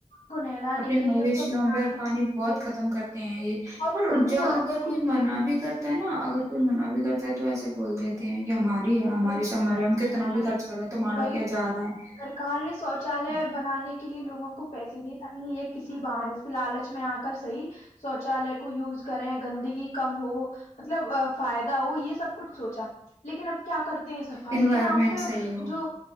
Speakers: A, on the left; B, on the right.
A: کو نہلانے
B: اپنے مویشیوں
A: کے لیے ان کو پلانے
B: پر پانی
A: کے
B: بہت
A: لیے
B: ختم کرتے ہیں یہ
A: اور
B: پر
A: خود بھی
B: جو
A: نہانے
B: اگر
A: کے
B: کوئی
A: لیے
B: منع بھی کرتا ہے نا اگر کوئی من بھی کرتا ہے تو ایسے بول دیتے ہیں یہ ہماری ہے ہماری
A: وہی
B: شمر ہم کتنا بھی خرچ کر رہے ہیں تمہارا
A: وہی
B: کیا
A: تو
B: جا رہا ہے
A: سرکار نے شوچالیہ بنانے لیے لگوں کو پیسے دیے تاکہ یہ کسی بہان سے لالچ میں آ کر صی شوچالے کو یوز کریں گندگی کم ہو مطلب فائدہ ہو یہ سب کچھ سوچا لیکن اب کیا کرتے ہیں صفائی
B: انوائرمنٹ
A: کے نام پہ
B: صحیح ہو
A: جو